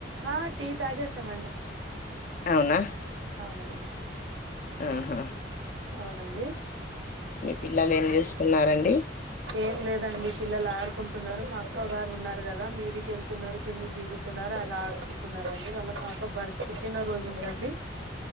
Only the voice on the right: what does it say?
ఆ టీ తాగేసామండి
అవునండి
అవునండి
ఏం లేదండి పిల్లలు ఆడుకుంటున్నారు మా అక్క గారు ఉన్నారు కదా మీదికి వెళ్తున్నారు కిందికి దిగు తున్నారు అలా ఆడుకుంటున్నారండి వాళ్ళ పాప బర్తఖషిన పుట్టినరోజు ఉందండి